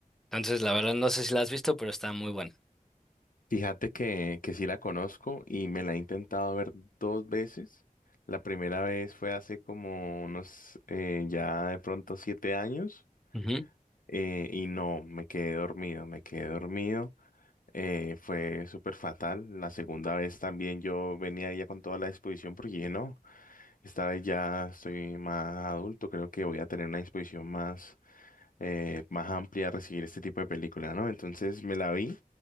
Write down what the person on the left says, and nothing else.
Fíjate que, que sí la conozco y me la he intentado ver dos veces. La primera vez fue hace como unos eh, ya de pronto siete años
eh, y no, me quedé dormido, me quedé dormido. eh, fue súper fatal. La segunda vez también yo venía ya con toda la disposición porque dije, no, esta vez ya estoy más adulto, creo que voy a tener una disposición más eh, más amplia a recibir este tipo de películas, ¿no? Entonces me la vi